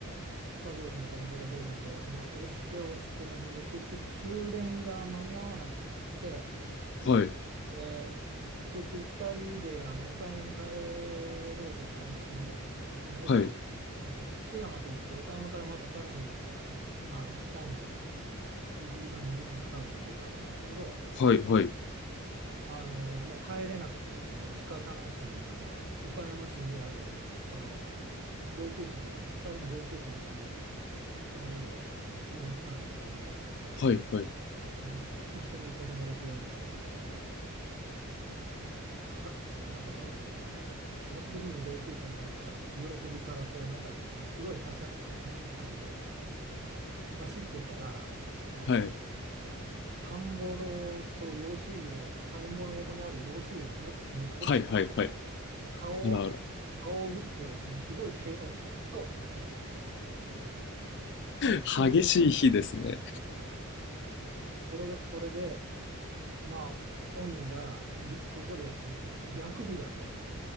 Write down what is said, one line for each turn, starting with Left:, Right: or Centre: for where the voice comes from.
Right: 数多くのバンドが出るんで、もう押して押して、ほんで結局終電が間に合わなくなって、
Left: はい。
Right: で結局2人であの岡山に帰ろうとしたんですけども、その岡山、
Left: はい。
Right: あの津山といって岡山からまたさらにあの北に1時間2時間かんかかるところだったんですけど
Left: はい。はい。
Right: あのもう帰れなくてですね仕方なしにあの岡山市にあるそのふ同級生の2人の同級生の家にその夜は泊まったんですけど
Left: はい。はい。
Right: あの一緒に行った友達がねあのはなんかその久しぶりに同級生に会った喜びからこうなんかすごいはしゃいでねあの走ってたらあの
Left: はい。
Right: 田んぼと用水路、田んぼの横にある用水路のに落ち、
Left: はい。はい。はい。
Right: 顔を、
Left: あらあら。
Right: 顔を打ってですね、すごい怪我をして、多分その、
Left: 激しい日ですね。
Right: それが、それで、まあ、本人がいそこでえー薬日だと。